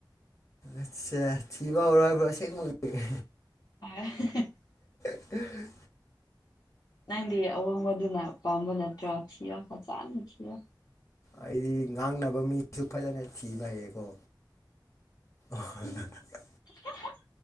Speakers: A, on the left; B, on the left.
A: ꯑꯠꯁꯦ ꯊꯤꯕ ꯑꯣꯏꯔꯣꯏ ꯍꯥꯏꯕ꯭ꯔꯣ ꯁꯦꯡꯃꯛꯒ
B: ꯑ
A: UNINTELLIGIBLE
B: ꯅꯪꯗꯤ ꯑꯋꯥꯡꯕꯗꯨꯅ ꯄꯥꯝꯕ ꯅꯠꯇ꯭ꯔꯣ ꯊꯤꯌꯣ ꯐꯖꯅ ꯊꯤꯌꯣ
A: ꯑꯩꯗꯤ ꯉꯥꯡꯅꯕ ꯃꯤꯁꯨ ꯐꯖꯅ ꯊꯤꯕ ꯍꯩꯌꯦꯀꯣ ꯑ
B: UNINTELLIGIBLE